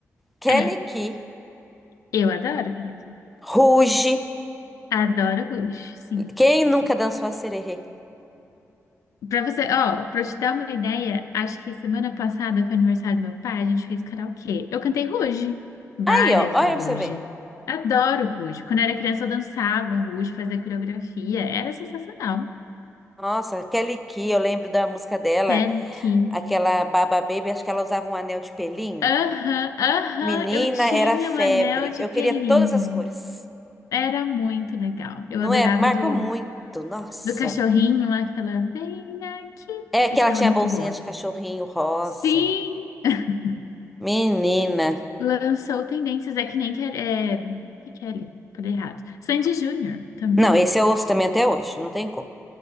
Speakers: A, in the centre; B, on the left.
A: Kelly
B: <laughs>
A: Key,
B: Eu adoro aquele aqui.
A: Ruge.
B: Adoro Rush, sim.
A: Quem nunca dançou a sererê?
B: Pra você, ó, pra eu te dar uma ideia, acho que semana passada foi aniversário do meu pai, a gente fez karaokê. Eu cantei Ruge, várias
A: Aí, ó, olha
B: do Ruge.
A: pra você ver.
B: Adoro Ruge. Quando eu era criança eu dançava Ruge, fazia coreografia, era sensacional.
A: Nossa, Kelly Key, eu lembro da música dela.
B: Kelly Key.
A: Aquela Baba Baby, acho que ela usava um anel de pelinho.
B: Aham, aham,
A: Menina,
B: eu tinha
A: era febre.
B: o anel de
A: Eu
B: pelinho.
A: queria todas as cores.
B: Era muito legal. Eu
A: Não
B: adorava
A: é? Marcou
B: do,
A: muito. Nossa.
B: do cachorrinho lá, aquela vem aqui,
A: É que
B: aquela
A: ela tinha
B: muito
A: a bolsinha
B: boa.
A: de cachorrinho rosa.
B: Sim! <laughs>
A: Menina.
B: Lançou Tendências, é que nem que é, o que que é ali? Falei errado. Sandy Júnior também.
A: Não, esse eu ouço também até hoje. Não tem como.